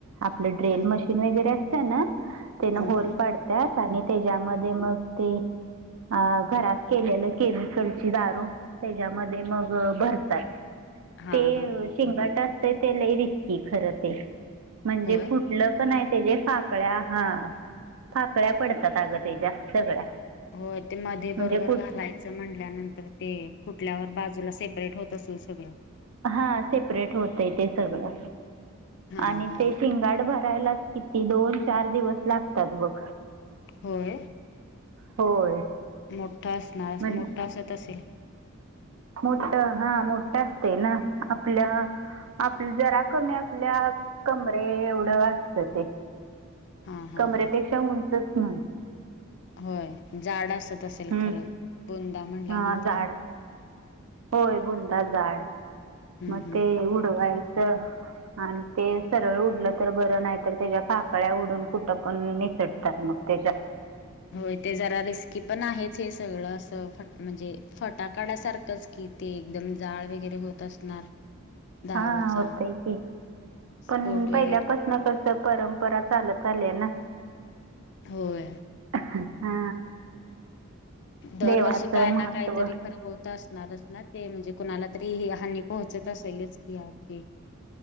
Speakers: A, on the right (about 75°); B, on the left (about 55°).
A: आपलं ड्रिल
B: हा
A: मशीन वगैरे असतं ना तेन
B: हा
A: होल
B: हा
A: पाडत आणि त्याच्यामध्ये मग ते अ घरात. केलेलं केमिकलची दारू त्याच्यामध्ये मग भरतात
B: हा
A: ते
B: हा हा
A: शिंगाट असते ते लई रिस्की खर ते म्हणजे
B: होय
A: फुटलं का नाही तेच्या पाकळ्या हा पाकळ्या पडतात अगं तेच्या्या सगळ्या
B: हो ते मध्ये
A: म्हणजे
B: बरोबर
A: कुठ
B: घालायचं म्हटल्यानंतर ते फुटल्यावर बाजूला सेप्रेट होत. असेल सगळं
A: हा सेप्रेट होतय ते सगळं.
B: हा हा
A: आणि
B: हा
A: ते शिंगाट भरायलाच किती दोन चार दिवस लागतात बघ.
B: होय.
A: होय
B: मोठा असणार
A: म्हण
B: मोठा असत असेल.
A: मोठ हा मोठं असते ना आपल्या आपल्या जरा कमी आपल्या कमरे एवढं असत ते
B: हा हा
A: कमरेपेक्षा
B: हा
A: उंचच म्हण.
B: होय जाड असत असेल
A: हम्म
B: खरं बुंदा म्हणल्यानंतर
A: हा जाड होय बुंदा झाड
B: हम्म
A: मग
B: हम्म
A: ते
B: हम्म
A: उडवायचं. आणि ते सरळ उडलं तर बरं नाही तर त्याच्या पाकळ्या उडून कुठं पण निसटतात मग, तेच्या
B: होय ते जरा रिस्की पण आहेच, हे सगळं असं म्हणजे फटाकड्या सारखंच की ते एकदम जाळ वगैरे होत असणार दारूचा
A: हा होतय की पण
B: स्पोट वगैरे
A: पहिल्या पासन कस परंपरा चालत आल्या ना
B: होय
A: हा
B: दरवर्षी
A: देवाचं
B: काय
A: महत्त्व
B: ना काय तरी खर होत असत ना ते म्हणजे कुणाला तरी हानी पोहोचत असेलच की अगदी